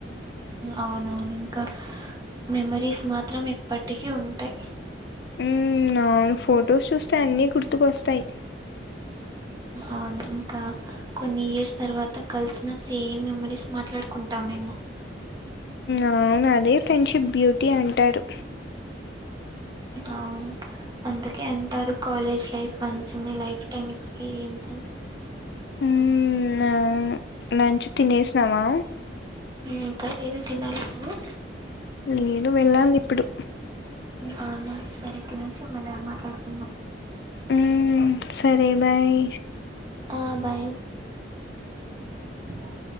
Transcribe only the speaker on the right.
అవునవును ఇంకా మెమరీస్ మాత్రం ఎప్పటికీ ఉంటాయి
అ ఇంకా కొన్ని ఇయర్స్ తర్వాత కలిసిన సేమ్ మెమరీస్ మాట్లాడుకుంటా మేం ఆ
అవును అందుకే అంటారు college life once in a lifetime experience
ఇంకా లేదు తినాలిమో
అవునా సరే తినేసి మెల్లగా మాట్లాడు
ఆ బాయ్ బాయ్